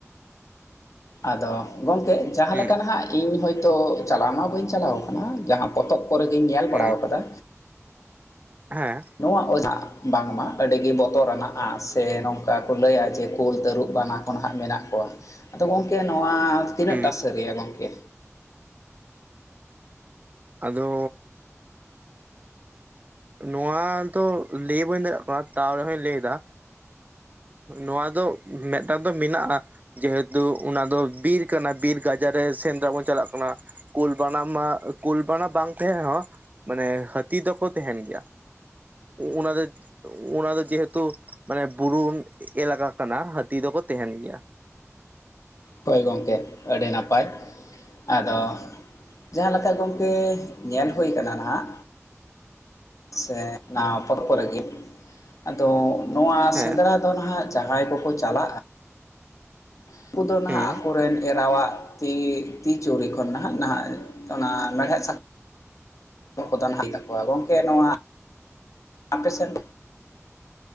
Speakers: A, on the left; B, on the right.
A: ᱟᱫᱚ ᱜᱚᱝᱠᱮ ᱡᱟᱦᱟᱸ
B: ᱦᱮᱸ
A: ᱞᱮᱠᱟ ᱱᱟᱦᱟᱜ ᱤᱧ ᱦᱚᱭᱛᱚ ᱪᱟᱞᱟᱣ ᱢᱟ ᱵᱟᱹᱧ ᱪᱟᱞᱟᱣ ᱠᱟᱱᱟ ᱡᱟᱦᱟᱸ ᱯᱚᱛᱚᱵ ᱠᱚᱨᱮ ᱜᱤᱧ ᱧᱮᱞ ᱵᱟᱲᱟᱣ
B: ᱦᱮᱸ
A: ᱠᱟᱫᱟ
B: ᱦᱮᱸ
A: ᱱᱚᱣᱟ <unintelligible> ᱵᱟᱝᱢᱟ ᱟᱹᱰᱤ ᱜᱮ ᱵᱚᱛᱚᱨᱟᱱᱟᱜᱼᱟ ᱥᱮ ᱱᱚᱝᱠᱟ ᱠᱚ ᱞᱟᱹᱭᱟ ᱡᱮ ᱠᱩᱞ, ᱛᱟᱹᱨᱩᱵ, ᱵᱟᱱᱟ ᱠᱚ ᱱᱟᱦᱟᱜ ᱢᱮᱱᱟᱜ ᱠᱚᱣᱟ, ᱟᱫᱚ ᱜᱚᱝᱠᱮ ᱱᱚᱣᱟ ᱛᱤᱱᱟᱹᱜ
B: ᱦᱩᱸ
A: ᱴᱟ ᱥᱟᱹᱨᱤᱭᱟ ᱜᱚᱝᱠᱮ
B: ᱟᱫᱚ ᱱᱚᱣᱟ ᱫᱚ ᱞᱟᱹᱭ ᱵᱟᱹᱧ ᱫᱟᱲᱮᱭᱟᱜ ᱠᱟᱱᱟ ᱛᱟᱣ ᱨᱮᱦᱚᱧ ᱞᱟᱹᱭ ᱫᱟ ᱱᱚᱣᱟ ᱫᱚ ᱢᱤᱫᱴᱟᱝ ᱫᱚ ᱢᱮᱱᱟᱜᱼᱟ ᱡᱮᱦᱩᱛᱩ ᱚᱱᱟ ᱫᱚ ᱵᱤᱨ ᱠᱟᱱᱟ ᱵᱤᱨ ᱜᱟᱡᱟᱲᱮ ᱥᱮᱸᱫᱽᱨᱟ ᱵᱚᱱ ᱪᱟᱞᱟᱜ ᱠᱟᱱᱟ ᱠᱩᱞ ᱵᱟᱱᱟ ᱢᱟ ᱠᱩᱞ ᱵᱟᱱᱟ ᱵᱟᱝ ᱛᱟᱦᱮᱱ ᱨᱮᱦᱚᱸ ᱢᱟᱱᱮ ᱦᱟᱹᱛᱤ ᱫᱚᱠᱚ ᱛᱟᱦᱮᱱ ᱜᱮᱭᱟ ᱚᱱᱟ ᱫᱚ ᱚᱱᱟ ᱫᱚ ᱡᱮᱦᱩᱛᱩ ᱢᱟᱱᱮ ᱵᱩᱨᱩ ᱮᱞᱟᱠᱟ ᱠᱟᱱᱟ, ᱦᱟᱹᱛᱤ ᱫᱚᱠᱚ ᱛᱟᱦᱮᱱ ᱜᱮᱭᱟ
A: ᱦᱳᱭ ᱜᱚᱝᱠᱮ ᱟᱹᱰᱤ ᱱᱟᱯᱟᱭ ᱟᱫᱚ ᱡᱟᱦᱟᱸ ᱞᱮᱠᱟ ᱜᱚᱝᱠᱮ ᱧᱮᱞ ᱦᱳᱭ ᱠᱟᱱᱟ ᱱᱟᱦᱟᱜ ᱥᱮ ᱚᱱᱟ <unintelligible> ᱠᱚᱨᱮ ᱜᱮ ᱟᱫᱚ ᱱᱚᱣᱟ
B: ᱦᱮᱸ
A: ᱥᱮᱸᱫᱽᱨᱟ ᱫᱚ ᱱᱟᱦᱟᱜ ᱡᱟᱦᱟᱸᱭ ᱠᱚᱠᱚ ᱪᱟᱞᱟᱜᱼᱟ ᱩᱱᱠᱩ ᱫᱚ ᱱᱟᱦᱟᱜ
B: ᱦᱩᱸ
A: ᱟᱠᱚᱨᱮᱱ ᱮᱨᱟᱣᱟᱜ ᱛᱤ ᱪᱩᱲᱤ ᱠᱷᱚᱱ ᱱᱟᱦᱟᱜ ᱱᱟᱦᱟᱜ ᱚᱱᱟ ᱢᱮᱲᱦᱮᱫ ᱥᱟᱠᱚᱢ <unintelligible> ᱦᱩᱭᱩᱜ ᱛᱟᱠᱚᱣᱟ ᱜᱚᱝᱠᱮ ᱱᱚᱣᱟ ᱟᱯᱮᱥᱮᱫ